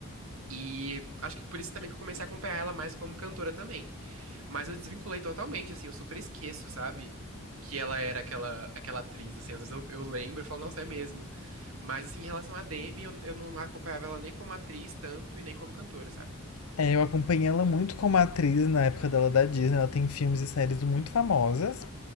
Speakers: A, on the right; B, on the left.
A: E acho que por isso também que eu comecei a acompanhar ela mais como cantora também. Mas eu desvinculei totalmente, assim, eu super esqueço, sabe? Que ela era aquela, aquela atriz, assim, às vezes eu, eu lembro e falo, nossa, é mesmo. Mas, assim, em relação à Demi, eu, eu não acompanhava ela nem como atriz tanto e nem como cantora, sabe?
B: É, eu acompanhei ela muito como atriz na época dela da Disney, ela tem filmes e séries muito famosas.